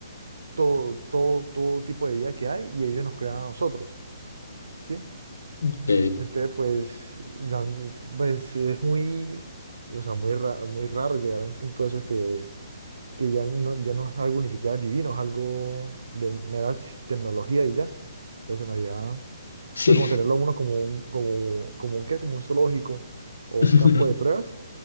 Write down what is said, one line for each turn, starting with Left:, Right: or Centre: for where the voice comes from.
Right: todo, todo, todo tipo de vida que hay y ellos nos crean a nosotros, ¿sí?
Left: Ok,
Right: Entonces, pues, ya, pues es muy, o sea, muy, ra- muy raro llegar a un punto de esos que que ya no, ya no es algo ni siquiera divino, es algo de mera s- tecnología y ya. Entonces se me haría, o
Left: sí.
Right: sea, como tenerlo a uno como un, como, como un qué, como un zoológico o
Left: <laughs>
Right: un campo de pruebas,